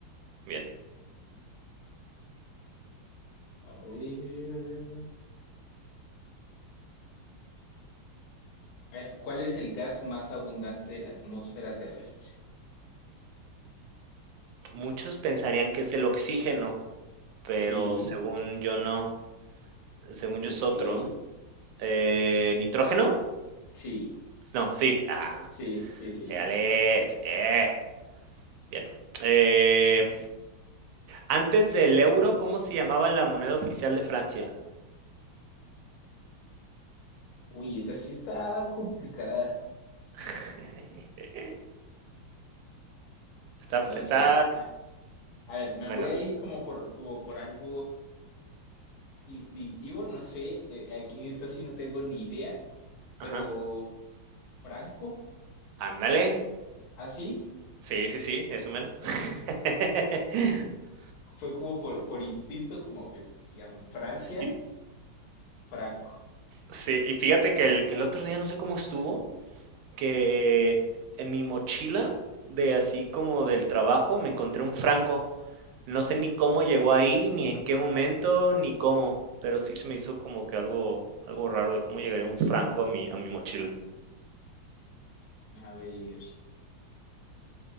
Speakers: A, on the right; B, on the left.
A: Bien.
B: A ver. A ver, ¿cuál es el gas más abundante de la atmósfera terrestre?
A: Muchos pensarían que es el oxígeno, pero
B: Sí,
A: según yo no. Según
B: ok.
A: yo es otro. Eh, ¿nitrógeno?
B: Sí,
A: No, sí. Ah,
B: sí, sí, sí.
A: ya lees. eh. Bien. Eh, antes del euro, ¿cómo se llamaba la moneda oficial de Francia?
B: Uy, esa sí está complicada.
A: <laughs> Está,
B: No
A: está,
B: sé. Ah, a ver, me
A: bueno,
B: voy a ir como por, como por algo instintivo, no sé. eh, aquí en esta sí no tengo ni idea, pero
A: ajá.
B: Franco,
A: Ándale.
B: así,
A: Sí, sí, sí, eso mero.
B: <laughs>
A: <laughs>
B: fue como por, por instinto, como pues, digamos, Francia,
A: Y,
B: Franco.
A: sí, y fíjate que el, que el otro día no sé cómo estuvo, que en mi mochila de así como del trabajo me encontré un franco. No sé ni cómo llegó ahí, ni en qué momento, ni cómo, pero sí se me hizo como que algo algo raro de cómo llegaría un franco a mi a mi mochila.
B: A ver,